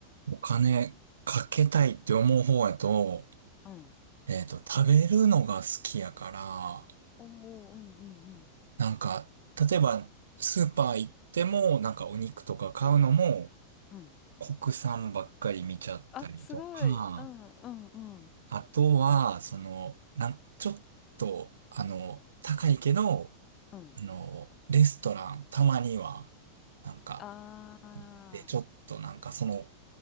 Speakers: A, on the right; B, on the left.
A: お金かけたいって思う方やと、
B: うん。
A: えっと、食べるのが好きやから、
B: おお、うんうんうん。
A: なんか、例えば、スーパー行っても、なんかお肉とか買うのも、
B: うん。
A: 国産ばっかり見ちゃったりとか、
B: あ、すごい。うんうんうん。
A: あとは、その、なん、ちょっと、あの、高いけど、
B: うん。
A: あの、レストラン、たまには、なんか、
B: ああ、
A: 行って、ちょっとなんかその、